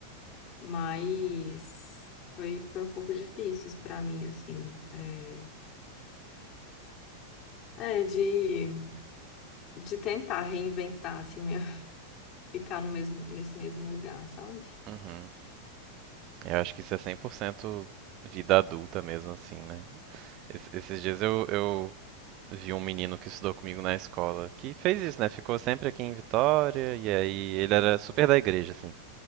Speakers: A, on the left; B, on the right.
A: Mas foi, foi um pouco difícil para mim, assim. É, é, de de tentar reinventar, assim, minha- <laughs> ficar no mesmo, nesse mesmo lugar, sabe?
B: uhum. Eu acho que isso é 100% vida adulta mesmo, assim, né? Es- esses dias eu, eu vi um menino que estudou comigo na escola que fez isso, né? Ficou sempre aqui em Vitória e aí ele era super da igreja, assim.